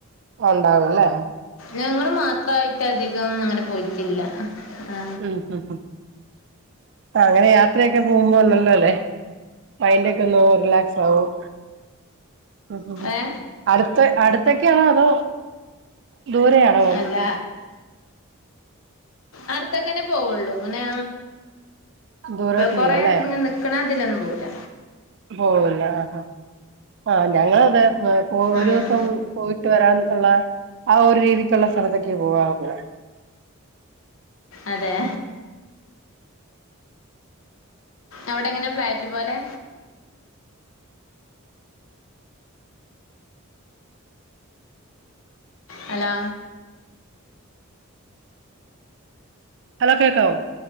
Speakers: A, on the right; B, on the left.
A: ഉണ്ടാവും അല്ലേ
B: ഞങ്ങള് മാത്രമായിട്ട് അധികം അങ്ങനെ പോയിട്ടില്ല ആ.
A: ഉം ഉം താ അങ്ങനെ യാത്രയൊക്കെ പോകുമ്പോ <unintelligible> മൈന്റെ ഒക്കെ ഒ റിലാക്സ് ആവും മ്മ്
B: ഏ
A: അടുത്ത അടു അടുത്തക്കെയാണോ അതോ ദൂരെ ആണോ
B: അല്ല അടുത്തക്കനെ പോവുള്ളൂ അങ്ങനെ
A: ദൂരോട്ടില്ലല്ലേ
B: കൊറെ നിക്കണ അതിലൊന്നും പോവുല്ല
A: പോവുല്ല ആ ആ ഞങ്ങള് അത് ഒരു
B: ഉം.
A: ദിവസം പോയിട്ട് വരാൻ ഉള്ള ആ ഒരു രീതിക്കുള്ള സ്ഥലത്തേക്ക് പോവാറുള്ളു
B: അതെ അവിടെ എങ്ങനെ ഫ്ലാറ്റ് പോലെ ഹലോ
A: ഹലോ കേൾക്കാവോ